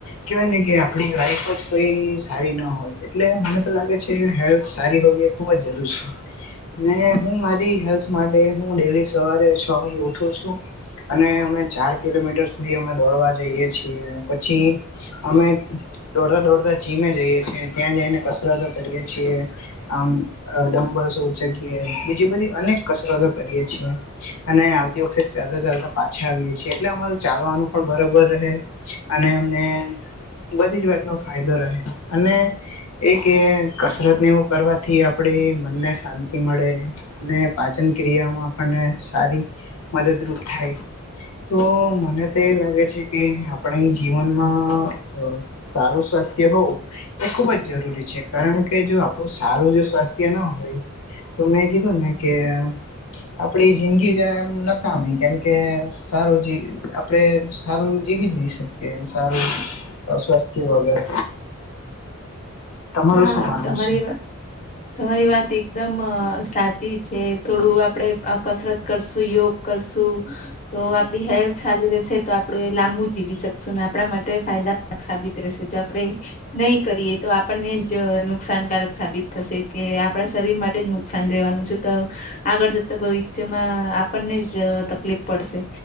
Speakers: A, on the left (about 85°); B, on the left (about 35°).
A: કેવાય ને કે આપણી લાઈફ જ કોઈ સારી ના હોય એટલે મને તો લાગે છે હેલ્થ સારી હોવી એ ખુબ જ જરૂર છે. ને હું મારી હેલ્થ માટે હું ડેલી સવારે છ વાગે ઉઠું છું. અને અમે ચાર કિલોમીટર સુધી અમે દોડવા જઈએ છીએ પછી અમે દોડતા દોડતા જીમે જઈએ છીએ ત્યાં જઈને કસરતો કરીએે છીએ. આમ ડમ્બલસઉચકીએ બીજી બધી અનેક કસરતો કરીએે છીએ. અને આવતી વખતે ચાલતા ચાલતા પાછા આવી છીએ એટલે અમારું ચાલવાનું પણ બરોબર રહે. અને એમને. બધી જ વાત નો ફાયદો રહે અને એક એ કસરત ને એવું. કરવાથી આપણે મનને શાંતિ મળે. અને પાચન ક્રિયામાં આપને સારી મદદરૂપ થાય. તો મને તો એ લાગે છે કે આપણે જીવનમાં સારું સ્વાસ્થ્ય હોવું એ ખુબ જ જરૂરી છે કારણ કે જો આપ. બ સારું જો સ્વાસ્થ્ય ના હોય તો મેં કીધું ને કે આપડી જિંદગી જ એમ નકામી કેમકે સારું જે આપડે સારું જીવી જ નહી શકીએ સારું સ્વાસ્થ્ય વગર. તમારું
B: હા
A: શું માનવું
B: તમારી.
A: છે
B: તમારી વાત એકદમ અ સાચી છે. થોડું આપડે આ કસરત કરશું યોગ કરશું. તો આપડી હેલ્થ સારી રહેશે તો આપડું એ લાંબુ જીવી શકશું ને આપણા માટે ફાયદા. સાબિત રહેશે જો આપડે નહી કરીએ તો આપ. આપણને જ નુકસાનકારક સાબિત થશે કે આપણા શરીર માટે જ નુકસાન રહેવાનું છે તો આગળ જતા ભવિષ્યમાં આપણને જ તકલીફ પડશે.